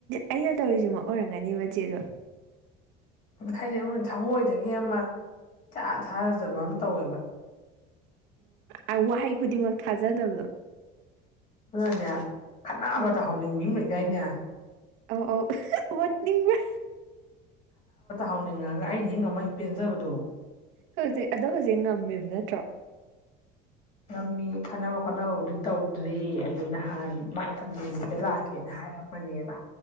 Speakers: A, on the right; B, on the left.
A: ꯑꯩꯅ ꯇꯧꯔꯤꯁꯤꯃ ꯑꯣꯏꯔꯝꯒꯅꯤꯕ ꯆꯦꯗꯣ
B: ꯍꯥꯏꯗꯤ ꯑꯃ ꯊꯃꯣꯏꯗꯒꯤ ꯑꯃ ꯆꯥ ꯊꯥꯗꯕ ꯑꯃ ꯇꯧꯋꯦꯕ
A: ꯎꯝ ꯋꯥꯍꯩ ꯈꯨꯗꯤꯡꯃꯛ ꯊꯥꯖꯗꯕꯗꯣ
B: ꯑꯗꯨꯅꯅꯦ ꯈꯠꯅꯕꯗ
A: ꯎꯝ
B: ꯍꯧꯅꯤꯡꯕꯤ ꯑꯃ ꯂꯩꯗꯥꯏꯅꯦ
A: ꯑꯧ ꯑꯧ ꯑꯣꯠꯅꯤꯡꯕ
B: ꯍꯧꯅꯤꯡꯉꯒ ꯑꯩꯅ ꯍꯤꯡ ꯉꯝꯃ ꯄꯦꯟꯖꯕꯗꯣ
A: ꯍꯧꯖꯤꯛ ꯑꯗꯣ ꯍꯧꯖꯤꯛ ꯉꯝꯃꯦꯕ ꯅꯠꯇ꯭ꯔꯣ
B: ꯉꯝꯃꯤ ꯈꯟꯅꯕ ꯈꯣꯠꯅꯕꯕꯨꯗꯤ ꯇꯧꯗ꯭ꯔꯤ ꯑꯗꯨ ꯅꯍꯥꯟ ꯃꯥ ꯊ ꯂꯥꯛꯀꯦꯅ ꯍꯥꯏꯔꯛꯄꯅꯦꯕ